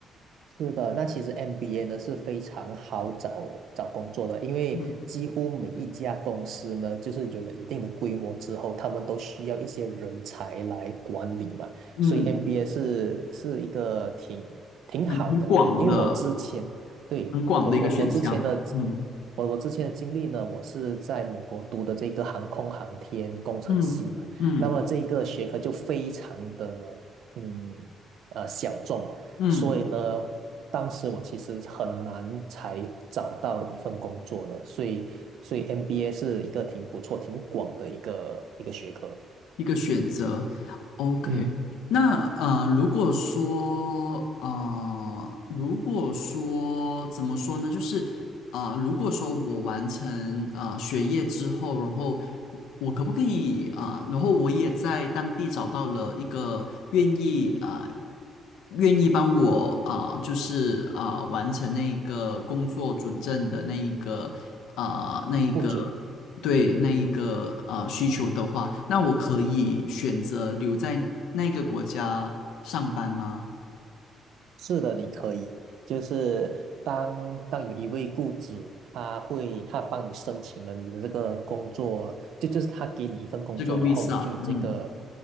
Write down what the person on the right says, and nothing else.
是的，那其实 MBA 呢是非常好找找工作的，因为几乎每一家公司呢，
就是有了一定的规模之后，他们都需要一些人才来管理嘛，
所以 MBA 是是一个挺挺好的啦。
因为我之前对我我我之前的
我我之前的经历呢，我是在美国读的这个航空航天工程系嘛，
那么这个学科就非常的嗯呃小众。
所以呢，当时我其实很难才找到一份工作的，所以所以 MBA 是一个挺不错、挺广的一个一个学科。
嗯，
不止
是的，你可以，就是当当有一位雇主，他会他帮你申请了你的这个工作，就就是他给你一份工作，
然后你就有这个